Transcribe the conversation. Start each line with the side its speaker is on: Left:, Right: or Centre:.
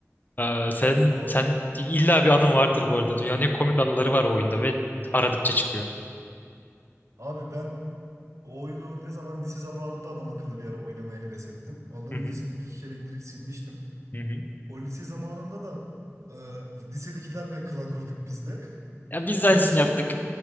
Left: Ee, sen
Right: Abi,
Left: sen illa bir anın vardır bu arada. Dünyanın en komik anıları var o oyunda ve aradıkça çıkıyor.
Right: abi ben o oyunu ne zaman lise zamanında adam akıllı bir ara oynamaya heves ettim. Ondan
Left: Hı hı.
Right: öncesinde bir iki kere indirip silmiştim.
Left: Hı hı.
Right: O lise zamanında da e, lisedekilerle klan kurduk biz de. <laughs>
Left: Ya biz de aynısını
Right: En son
Left: yaptık.